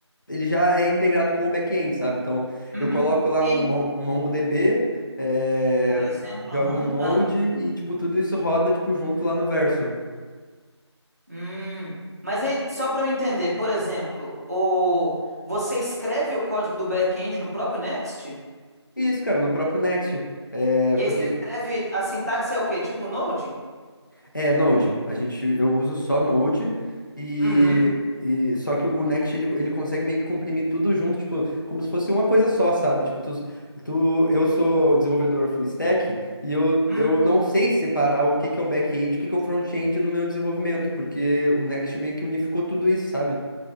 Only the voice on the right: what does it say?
Uhum.
E,
por exemplo,
aham,
ah.
Hum, mas aí, só para eu entender, por exemplo, o... você escreve o código do back-end no próprio Next?
E
aí você escreve, a sintaxe é o quê? Tipo Node?
Uhum,
hum,